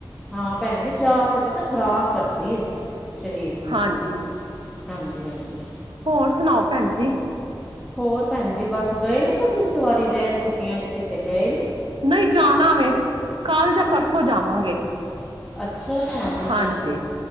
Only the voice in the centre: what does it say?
ਹਾਂ ਭੈਣਜੀ ਚਾਹ ਤੇ ਪਤਾ ਖਰਾਬ ਕਰਦੀ ਸਰੀਰ ਨੂੰ।
ਹਾਂਜੀ ਹਾਂਜੀ।
ਸੀ, ਹੋਰ ਭੈਣ ਜੀ ਬਸ ਸੀ, ਗਏ ਨੀ ਸੀ, ਸੀ ਤੁਸੀਂ ਇਸ ਵਾਰੀ ਰਹਿਣ ਛੁੱਟੀਆਂ ਸੀ, ਕਿਤੇ ਗਏ ਨੀ।
ਅੱਛਾ ਭੈਣ